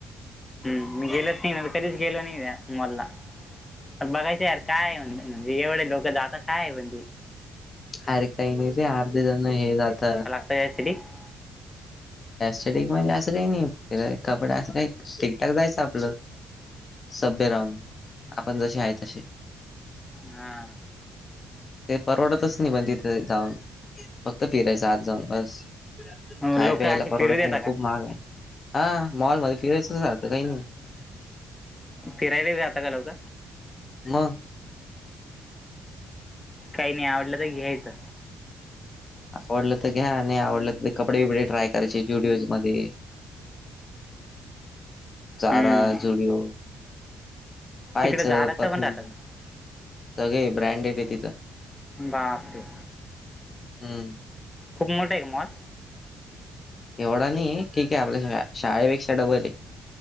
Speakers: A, on the left; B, on the left.
A: हम्म मी गेलच नाही ना. कधीच गेल नाही त्या मॉलला. बघायचं यार काय म्हण म्हणजे, एवढे लोक जात काय हाय म्हणजे?
B: अरे काही नाही रे. अर्धे जण हे जात
A: <unintelligible>
B: <unintelligible> क म्हणजे असं काही नाही कपडे असं काही ठीकठाक जायचं आपलं. सभ्य राहून. आपण जसे आहे तसे.
A: हा.
B: ते परवडतच नाही पण तिथं जाऊन. फक्त फिरायचं. आज जाऊन बस. खाय,
A: लोक
B: प्यायला
A: असे
B: परवडत
A: फिरू देता
B: नाही. खूप
A: का
B: महाग आहे. हा. मॉल मध्ये फिरायचं सारखं काही नाही.
A: फिरायला जात का लोक?
B: मग.
A: काही नाही आवडलं तर घ्यायचं.
B: आवडलं तर घ्या आणि आवडलं तर कपडे बिपडे ट्राय करायचे जुडिओज मध्ये. चारा,
A: हम्म
B: जुडीओ. पायचं
A: तिकडे झाडाचं
B: परफ्युम.
A: पण राहतं का
B: सगळे ब्रँड येते तिथं.
A: बापरे!
B: हम्म.
A: खूप मोठा हेका मॉल?
B: एवढा नाही. ठीक आहे. आपल्या शाळे शडवले.